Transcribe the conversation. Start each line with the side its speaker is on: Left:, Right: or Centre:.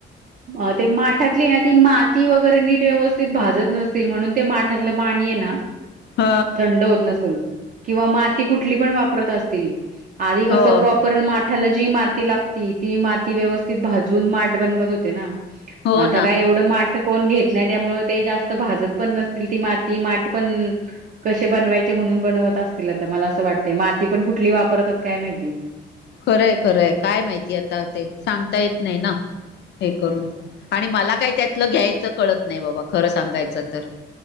Right: अ ते माठातली ना ती मा ती वगैरे नीट व्यवस्थित भाजत नसतील. म्हणून ते माठातलं पाणी आहे ना.
Left: ह
Right: थंड होत नसेल. किंवा माती कुठली पण वापरत असतील. आधी कसं
Left: हो
Right: प्रॉपर माठाला जी माती लागती, ती माती व्यवस्थित भाजून माठ बनवत होते. होते ना,
Left: हो
Right: आता
Left: ना
Right: काय एवढं माठ. कोण घेत नाही, त्यामुळे ते जास्त भाजत पण नसतील ती माती, माठ पण कसे बनवायचे. म्हणून बनवत असतील. आता मला अस वाटतं य माती पण कुठली वापरतात काय माहिती.
Left: खरंय खरंय काय माहिती आता ते सांगता येत नाही ना. हे करून आणि मला काही त्यातलं घ्यायच कळत नाही बाबा खरं सांगायचं तर.